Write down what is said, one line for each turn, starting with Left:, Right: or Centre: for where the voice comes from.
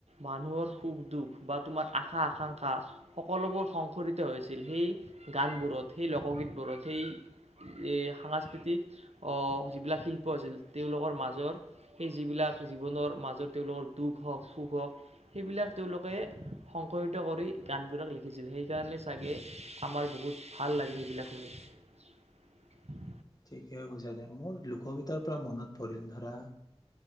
Right: মানুহৰ সুখ দুখ বা তোমাৰ আশা আকাংক্ষা সকলোবোৰ সংশৰিত হৈছিল সেই গানবোৰত সেই লোকগীতবোৰত সেই এই সাংস্কৃতিক অ', সেইবিলাক শিল্প আছিল তেওঁলোকৰ মাজত সেই যিবিলাক জীৱনৰ মাজত তেওঁলোকৰ দুখ হওঁক সুখ হওঁক সেইবিলাক তেওঁলোকে সংকৰিত কৰি গানবোৰত লিখিছিল সেইকাৰণে চাগে আমাৰ বহুত ভাল লাগে সেইবিলাক শুনি।
Left: ঠিকে কৈছে মোৰ লোকগীতৰ পৰা মনত পৰিল ধৰা